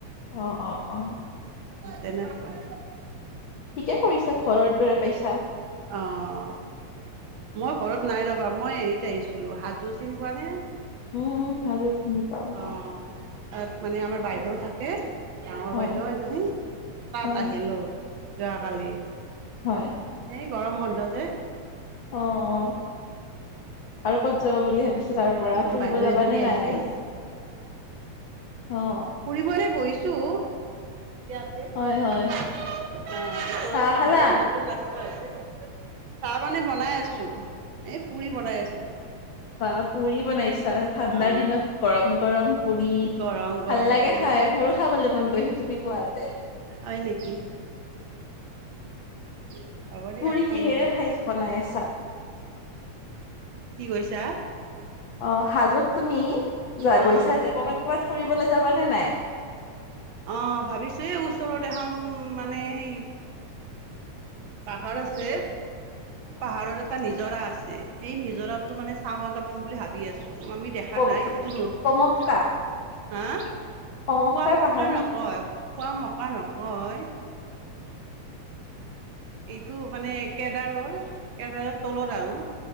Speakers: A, on the left; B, on the right.
A: অ'-অ'-অ'।
B: তেনেকৈ
A: ঠিকে কৰিছা, ঘৰৰ দৰে পাইছা।
B: অ', মই ঘৰত নাই ৰ'বা। মই হেৰিত আহিছিলোঁ। হাজো চিনি পোৱানে?
A: উম, উম। হাজো চিনি পাওঁ পাওঁ
B: অ' তাত মানে আমাৰ বাইদেউ থাকে। ডাঙৰ
A: হয়
B: বাইদেউ এজনী, তাত
A: হয়
B: আহিলোঁ যোৱাকালি।
A: হয়।
B: এই গৰম বন্ধ যে
A: অ', অ' আৰু ক'ত যাবা বুলি ভাবিছ তাৰ
B: গৰম
A: পৰা ফুৰিব
B: বাইদেউ
A: যাবানে
B: এজনী আহিছিল
A: নাই? অ'
B: ফুৰিবলে গৈছোঁ। ইয়াতে, <unintelligible>
A: হয় হয়
B: ওচৰৰ
A: চাহ
B: পাহাৰ
A: খালা
B: এই নত তুন ৰাস্তা হৈছে। চাহ মানে বনাই আছোঁ। এই পুৰি বনাই আছিলোঁ।
A: বাঃ পুৰি বনাইছা, ঠাণ্ডাৰ
B: অ
A: দিনত গৰম গৰম। পুৰি,
B: গৰম গৰম
A: ভাল লাগে
B: পুৰি
A: খাই। মোৰো খাবলে মন গৈছে তুমি কোৱাতে।
B: হয় নিকি? <unintelligible>
A: পুৰি কিহেৰে
B: দিয়া
A: ভাইছ বনাই আছা?
B: কি কৈছা?
A: অ' হাজোত তুমি যা
B: অ
A: গৈছা
B: অ
A: যে কৰ'বাত ক'ৰবাত ফুৰিবলৈ যাবানে নাই?
B: অ' ভাবিছোঁ এই ওচৰত এখন মানে সেই পাহাৰ আছে পাহাৰৰ এটা নিজৰা আছে। সেই নিজৰাটো মানে চাব যাবম বুলি ভাবি আছোঁ, আমি দেখ খা
A: পবি
B: নাই, সেইটো নো,
A: পমক্কা
B: হা! পোৱামক্কা
A: পমক্কাৰ পাহাৰ
B: নকয়।
A: নেকি
B: পোৱা মক্কা নকয়। এইটো মানে কেদাৰৰ, কেদাৰৰ তলত আৰু